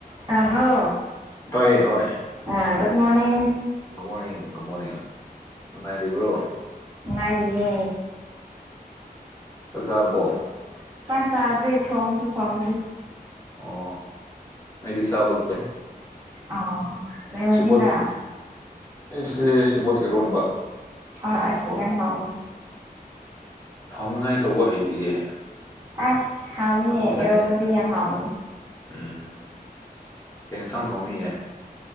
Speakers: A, on the right; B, on the left.
A: <inaudible> ꯇꯥꯕꯣ
B: ꯇꯥꯏꯌꯦ ꯍꯣꯏ
A: ꯑꯥ good morning
B: good morning good morning ꯅꯨꯡꯉꯥꯏꯔꯤꯕ꯭ꯔꯣ <unintelligible>
A: ꯅꯨꯡꯉꯥꯏꯔꯤꯌꯦ
B: ꯆꯥꯛ ꯆꯥꯔꯕꯣ
A: <inaudible> ꯆꯥꯛ ꯆꯥꯗ꯭ꯔꯤ ꯊꯣꯡꯁꯨ ꯊꯣꯡꯗ꯭ꯔꯤ
B: ꯑꯣ ꯑꯩꯗꯤ ꯆꯥꯕ ꯂꯣꯏꯔꯦ
A: ꯑꯣ ꯀꯩ ꯃꯊꯦꯟꯔ
B: ꯁꯦꯕꯣꯠ ꯑꯩꯁꯦ ꯁꯦꯕꯣꯠ ꯏꯔꯣꯟꯕ
A: ꯑꯥ
B: ꯑꯣꯏꯅ
A: ꯑꯁ
B: ꯇꯧꯔꯦ
A: ꯌꯥꯝ ꯍꯥꯎꯅꯤ
B: ꯍꯥꯎꯅꯤꯡꯉꯥꯏ ꯇꯧꯕ ꯍꯩꯇꯤꯌꯦ
A: ꯑꯁ ꯍꯥꯎꯅꯤꯌꯦ
B: ꯑꯗꯨꯗꯅꯦ
A: ꯏꯔꯣꯝꯕꯗꯤ ꯌꯥꯝ ꯍꯥꯎꯕꯅꯦ
B: ꯎꯝ ꯀꯩ ꯏꯟꯁꯥꯡ ꯊꯣꯡꯅꯤꯌꯦ